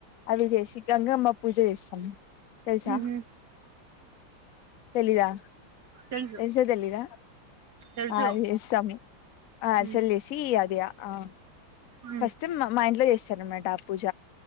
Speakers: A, on the left; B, on the right.
A: అవి చేసి గంగమ్మ పూజ చేస్తం తెల్సా
B: మీరు
A: తెలీదా
B: తెలుసు
A: తెలుసా తెలీదా
B: తెలుసు
A: అది చేస్తము అర్సలు
B: మ్మ్
A: చేసి అది అ ఆ
B: మ్మ్
A: ఫస్ట్ మా ఇంట్లో చేస్తారు అనమాట ఆ పూజ